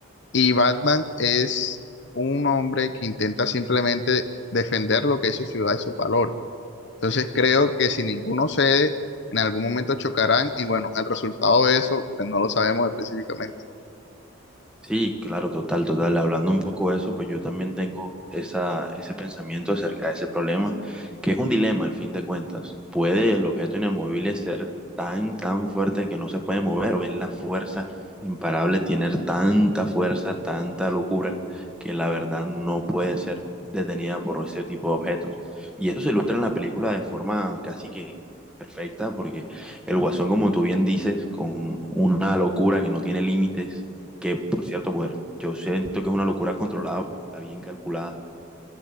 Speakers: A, on the left; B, in the centre.
A: Y Batman es un hombre que intenta simplemente defender lo que es su ciudad y sus valores. Entonces creo que si ninguno cede, en algún momento chocarán y bueno, el resultado de eso pues, no lo sabemos específicamente.
B: Sí, claro, total, total. Hablando un poco de eso, pues yo también tengo esa, ese pensamiento acerca de ese problema, que es un dilema al fin de cuentas. ¿Puede el objeto inamovible ser tan, tan fuerte que no se puede mover o es la fuerza imparable tener tanta fuerza, tanta locura, que la verdad no puede ser detenida por ese tipo de objetos? Y eso se ilustra en la película de forma casi que perfecta, porque el Guasón, como tú bien dices, con una locura que no tiene límites que por cierto, pues yo siento que es una locura controlada porque está bien calculada